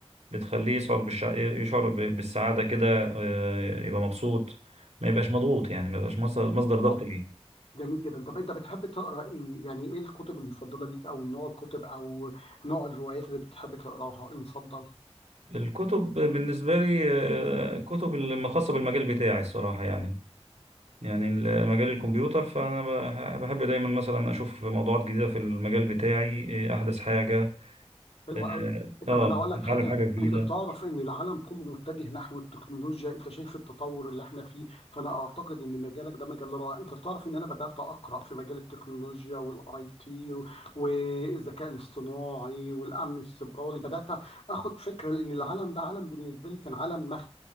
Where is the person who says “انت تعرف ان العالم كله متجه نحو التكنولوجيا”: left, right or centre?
Left